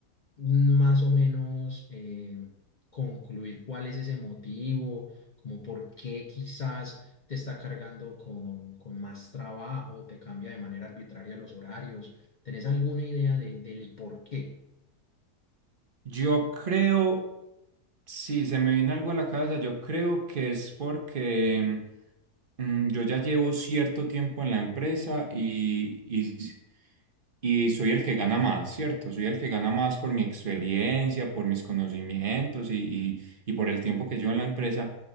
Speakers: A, on the left (about 55°); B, on the right (about 40°).
A: más o menos eh, concluir cuál es ese motivo, como por qué quizás te está cargando con, con más trabajo, te cambia de manera arbitraria los horarios. ¿Tenés alguna idea de, del por qué?
B: Yo creo, si se me viene algo a la cabeza, yo creo que es porque Mm, Yo ya llevo cierto tiempo en la empresa y, y, y soy el que gana más, ¿cierto? Soy el que gana más por mi experiencia, por mis conocimientos y, y, y por el tiempo que llevo en la empresa.